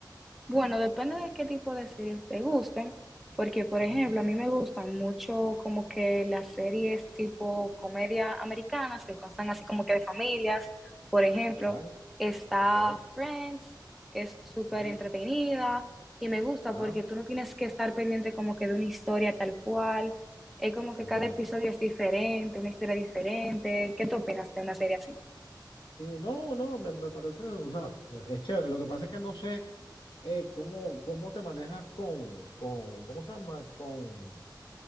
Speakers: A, in the centre; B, on the left.
A: Bueno, depende de qué tipo de series te gusten, porque por
B: Ujú.
A: ejemplo, a mí me gustan mucho como que las series tipo comedia americanas que constan así como que de familias. Por ejemplo,
B: Ya,
A: está
B: ok.
A: Friends, que es súper
B: Ujú,
A: entretenida y me gusta
B: Ya,
A: porque tú no tienes que estar pendiente como que de una historia tal cual. Es como que
B: entiendo.
A: cada episodio es diferente, una historia diferente. ¿Qué tú opinas de una serie así?
B: Sí, no, no, me, me parece, o sea, es chévere. Lo que pasa es que no sé. eh, ¿cómo, cómo te manejas con, con, ¿cómo se llama? Con,